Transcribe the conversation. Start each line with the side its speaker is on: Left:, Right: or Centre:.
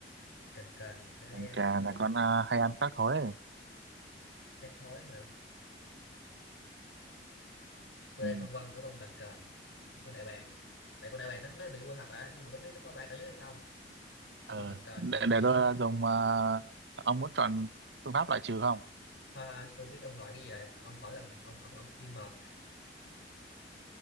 Left: kền kền nó đe
Right: còn trà
Left: kền kền
Right: là con ờ, hay ăn khác thôi
Left: thác thối hả tôi
Right: ừ.
Left: đang phân vân ở con kền kền với con đại bàng tại con đại bàng nó nó là vua thật rồi á nhưng mà tôi không biết nó có bay cao nhất hay không không
Right: ờ
Left: có cần cần
Right: để,
Left: thì tôi
Right: để
Left: nghĩ
Right: tôi
Left: cũng
Right: dùng ờ, ông muốn chọn phương pháp loại trừ không
Left: Thôi thôi, tôi biết ông loại cái gì rồi ông khỏi cần ông ông ông im mồm